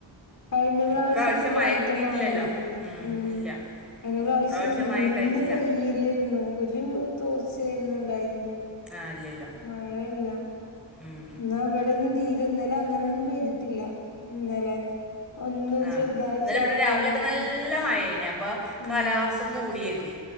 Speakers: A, on the left (about 45°); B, in the centre.
A: കഴിഞ്ഞ പ്രാവശ്യത്തെ
B: ഇപ്രാവശ്യം
A: പോൽത്തെ
B: മഴ കിട്ടിയിട്ടില്ലല്ലോ
A: മഴയൊന്നുല്ല ഉം
B: ഇല്ല
A: കഴിഞ്ഞ പ്രാവശ്യം
B: ഇപ്രാവശ്യം മഴ
A: നിന്ന്
B: ഉണ്ടായിട്ടില്ല
A: പെയ്യല്ലേര്ന്നോ ഒരു തോർച്ചെന്നുണ്ടായിന്നില്ലല്ലോ
B: ആഹ് ഇല്ലല്ലോ
A: മഴയില്ല
B: ഉം
A: എന്നാ ഇവ്ടൊന്നും തീരെ ഇന്നല അങ്ങനൊന്നും പെയ്തട്ടില്ല ഇന്നലെ ഒന്ന്
B: ആ
A: ചെറുതായി
B: ഇന്നലെ
A: ചാറി
B: ഇവിടെ രാവിലെയൊക്കെ
A: അങ്ങനെ പോയി
B: നല്ല മഴയേന് അപ്പൊ
A: ആഹ്
B: കാലാവസ്ഥം കൂടിയര്തി